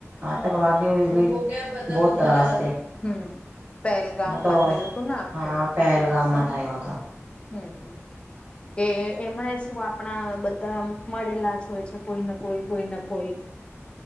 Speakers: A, on the right; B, on the left.
A: આતક વાગીયો બો ત્રાસ
B: હમ પહેલગામમાં
A: તો
B: થયું તું ને આખું
A: હા પહેલગામમાં થયો હતો.
B: હમ એ એમાં શું આપણા બધા મળેલા જ હોય છે કોઈને કોઈ કોઈ ના કોઈ